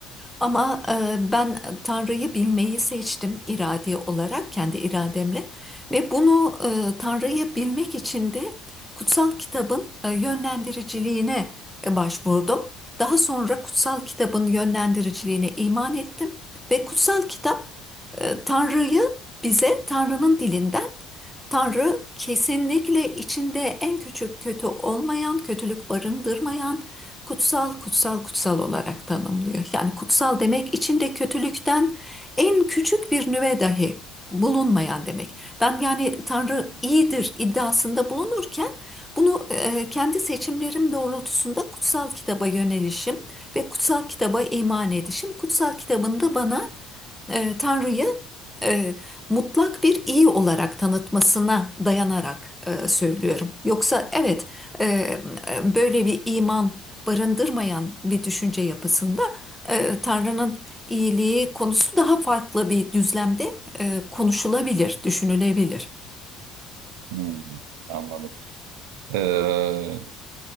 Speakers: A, in the centre; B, on the right.
A: Ama e, ben Tanrı'yı bilmeyi seçtim irade olarak, kendi irademle. Ve bunu e, Tanrı'yı bilmek için de kutsal kitabın e, yönlendiriciliğine e, başvurdum. Daha sonra kutsal kitabın yönlendiriciliğine iman ettim. Ve kutsal kitap e, Tanrı'yı bize Tanrı'nın dilinden Tanrı kesinlikle içinde en küçük kötü olmayan, kötülük barındırmayan, kutsal kutsal kutsal olarak tanımlıyor. Yani kutsal demek içinde kötülükten en küçük bir nüve dahi bulunmayan demek. Ben yani Tanrı iyidir iddiasında bulunurken bunu e, kendi seçimlerim doğrultusunda kutsal kitaba yönelişim ve kutsal kitaba iman edişim, kutsal kitabın da bana e, Tanrı'yı e, mutlak bir iyi olarak tanıtmasına dayanarak e, söylüyorum. Yoksa evet e, e, böyle bir iman barındırmayan bir düşünce yapısında e, Tanrı'nın iyiliği konusu daha farklı bir düzlemde e, konuşulabilir, düşünülebilir.
B: Hmm, anladım. Ee,